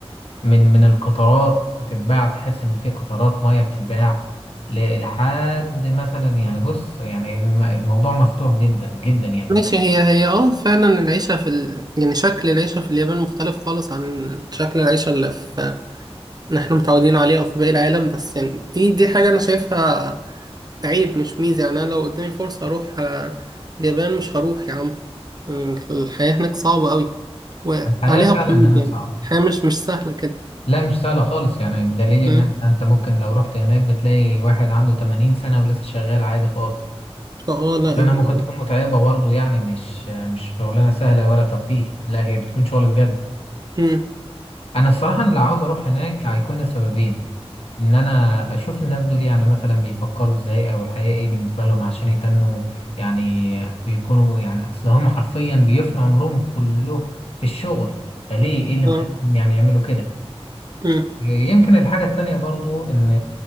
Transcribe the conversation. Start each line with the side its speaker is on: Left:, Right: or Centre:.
Left: من من القطرات بتتباع تحس ان في قطرات ميه بتتباع ل- لحد مثلا يعني بص يعني الم- الموضوع مفتوح جدا جدا يعني
Right: ماشي هي هي اه فعلا العيشة في ال... يعني شكل العيشة في اليابان مختلف خالص عن شكل العيشة اللي في اللي احنا متعودين عليه او في باقي العالم بس يعني دي دي حاجة انا شايفها عيب مش ميزة يعني انا لو قدامي فرصة اروح آه، اليابان مش هروح يا عم آه، الحياة هناك صعبة قوي وعليها
Left: الحياه فعلا
Right: قيود
Left: هناك
Right: يعني
Left: صعبه
Right: الحياة مش مش سهلة كده
Left: لا مش سهله خالص يعني بدليل ان
Right: مم.
Left: إحنا- انت ممكن لو رحت هناك بتلاقي واحد عنده 80 سنه ولسه شغال عادي خالص
Right: فاه لا
Left: لانها
Right: يعني
Left: ممكن تكون متعبه برضو يعني مش مش شغلانه سهله ولا ترفيه لا هي بتكون شغل بجد
Right: مم.
Left: انا الصراحه أنا اللي عاوز اروح هناك هيكون لسببين ان انا اشوف الناس دول يعني مثلا بيفكروا ازاي او الحياه ايه بالنسبه لهم عشان يتنوا يعني بيكونوا يعني اصل هم حرفيا بيفنوا عمرهم كله في الشغل فليه ايه اللي مخليهم
Right: اه
Left: يعني يعملوا كده
Right: مم.
Left: يمكن الحاجه التانية برضو ان